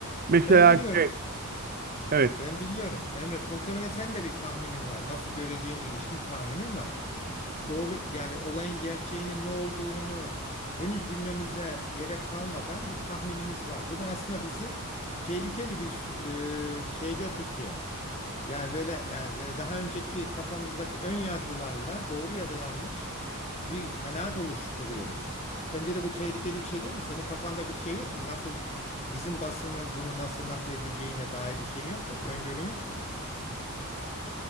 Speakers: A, on the right; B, on the left.
A: mesela
B: Ben biliyorum.
A: şey evet
B: Ben biliyorum. Emres muhtemelen sen de bir tahminin var. Nasıl göreceğine ilişkin bir tahminin var. Doğru yani olayın gerçeğinin ne olduğunu henüz bilmemize gerek kalmadan bir tahminimiz var. Bu da aslında bizi tehlikeli bir e, şeyde tutuyor. Yani böyle yani e, daha önceki kafamızdaki ön yargılarla doğru ya da yanlış bir kanaat oluşturuyoruz. Sence de bu tehlikeli bir şey değil mi? Senin kafanda bir şey yok mu? Nasıl bizim basının bunu nasıl nakledeceğine dair bir şeyin yok mu? Öngörün yok mu?